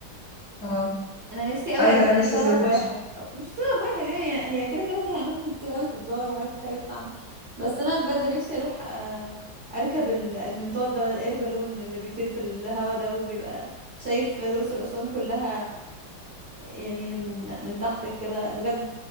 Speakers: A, on the left; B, on the right.
A: اه
B: انا نفسي قوي
A: انا
B: اروح
A: كمان
B: لسبب
A: لسه زي الرسل
B: واحد او مش لسبب واحد يعني هي هي كده كده فيها اماكن كتير قوي تتزار وحاجات كتير قوي تتعمل بس انا بجد نفسي اروح آه، اركب ال- المنطاد ده ولا الاير بالون اللي بيطير في الهوا ده وبيبقى شايف الاقصر واسوان كلها يعني من من تحتك كده بجد